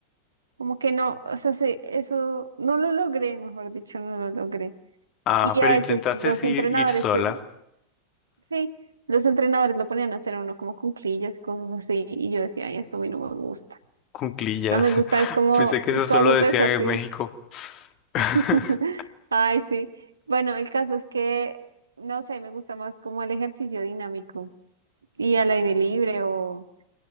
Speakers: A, on the right; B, on the left.
A: como que no, o sea, sí, eso no lo logré, mejor dicho, no lo logré.
B: Ah,
A: Y
B: pero
A: a veces
B: intentaste
A: los entrenadores,
B: ir, ir sola,
A: se- sí, los entrenadores lo ponían a hacer a uno como cuclillas, cosas así, y yo decía, ay, esto a mí no me gusta.
B: cuclillas.
A: A mí me gusta
B: <laughs>
A: es como
B: Pensé que eso solo
A: cosas
B: decía
A: de esas,
B: en
A: sí
B: México. <laughs>
A: <laughs> Ay, sí. Bueno, el caso es que, no sé, me gusta más como el ejercicio dinámico y al aire libre o